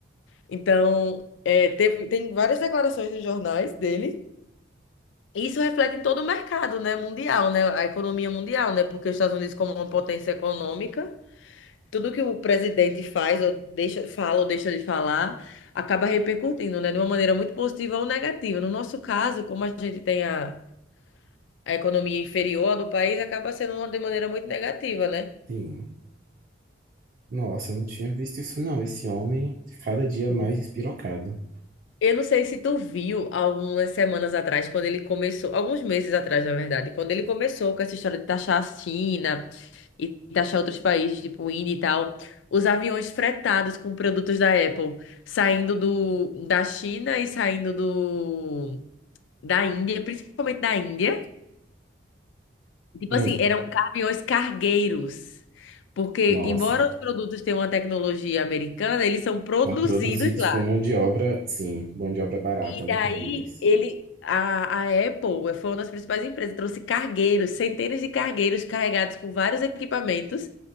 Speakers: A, on the left; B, on the right.
A: Então, é, teve- tem várias declarações nos jornais dele. Isso reflete em todo o mercado, né, mundial, né, a economia mundial, né, porque os Estados Unidos como uma potência econômica, tudo que o presidente faz, ou deixa, fala ou deixa de falar, acaba repercutindo, né? De uma maneira muito positiva ou negativa. No nosso caso, como a gente tem a, a economia inferior do país, acaba sendo uma de maneira muito negativa, né?
B: Sim. Nossa, eu não tinha visto isso não. Esse homem, cada dia
A: Sim.
B: mais despirocado.
A: Eu não sei se tu viu algumas semanas atrás, quando ele começou, alguns meses atrás, na verdade, quando ele começou com essa história de taxar a China e taxar outros países, tipo o Índia e tal, os aviões fretados com produtos da Apple saindo do, da China e saindo do da Índia, principalmente da Índia. Tipo
B: Hum,
A: assim, eram caminhões cargueiros. Porque,
B: nossa,
A: embora os produtos tenham uma tecnologia americana, eles são produzidos
B: são produzidos
A: lá.
B: por mão de obra, sim, mão de obra barata,
A: E
B: né,
A: daí,
B: para eles.
A: ele, a, a Apple eh, foi uma das principais empresas, trouxe cargueiros, centenas de cargueiros carregados com vários equipamentos,